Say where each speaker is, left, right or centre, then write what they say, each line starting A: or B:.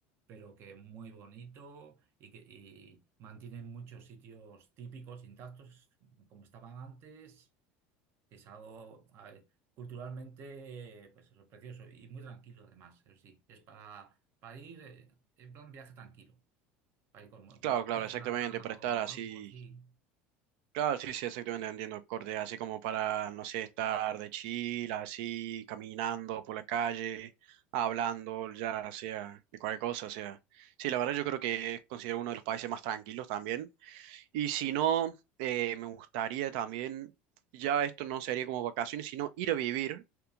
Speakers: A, on the right; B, on the right.
A: pero que muy bonito y que y mantienen muchos sitios típicos, intactos, como estaban antes, que es algo, a ver, culturalmente, pues eso, precioso y muy tranquilo además, eso sí, es para, para ir eh, en plan viaje tranquilo para ir con alguna
B: Claro,
A: pareja
B: claro, exactamente, para estar
A: o
B: así.
A: algo así.
B: Claro, sí, sí, exactamente, entiendo, corte, así como para, no sé, estar de chill, así, caminando por la calle, hablando, ya sea, de cualquier cosa, o sea. Sí, la verdad yo creo que es considerado uno de los países más tranquilos también. Y si no, eh, me gustaría también, ya esto no sería como vacaciones, sino ir a vivir,